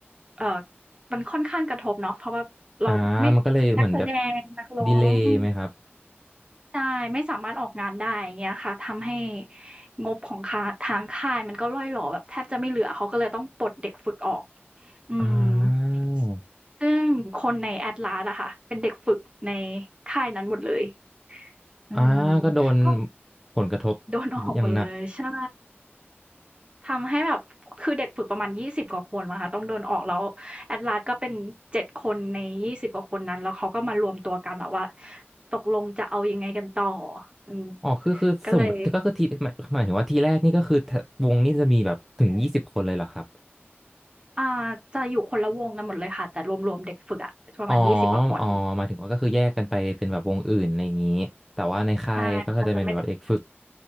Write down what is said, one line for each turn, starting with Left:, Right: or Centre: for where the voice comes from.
Right: เอ่อมันค่อนข้างกระทบเนาะเพราะว่าเราไม่นักแสดงนักร้องอืม
Centre: อ่ามันก็เลยเหมือนแบบดีเลย์ไหมครับ
Right: ใช่ไม่สามารถออกงานได้อย่างเงี้ยค่ะทำให้งบของคาทางค่ายมันก็ร่อยหรอแบบแทบจะไม่เหลือเขาก็เลยต้องปลดเด็กฝึกออกอืม
Centre: อ่า
Right: ซซึ่งคนใน Atlas อะค่ะเป็นเด็กฝึกในค่ายนั้นหมดเลยอืม
Centre: อ่าก็โดน
Right: ก็
Centre: ผลกระทบ
Right: โดนออกหมดเลยใช่
Centre: อย่างหนัก
Right: ทำให้แบบคือเด็กฝึกประมาณ20กว่าคนมั้งคะต้องโดนออกแล้ว Atlas ก็เป็น7คนใน20กว่าคนนั้นแล้วเขาก็มารวมตัวกันแบบว่าตกลงจะเอายังไงกันต่ออืม
Centre: อ๋อคือคือสมมติก็คือทีหมายหมายถึงว่าทีแรกนี่ก็คือถ้าวงนี่จะมีแบบถึงยี่สิบคนเลยเหรอครับ
Right: ก็เลยอ่าจะอยู่คนละวงกันหมดเลยค่ะแต่รวมๆเด็กฝึกอะประมาณ20กว่าคน
Centre: อ๋ออ๋อหมายถึงว่าก็คือแยกกันไปเป็นแบบวงอื่นอะไรอย่างนี้แต่ว่าในค่ายก็จะเป็นแบบเด็กฝึก
Right: ใช่มันอาจจะไม่ได้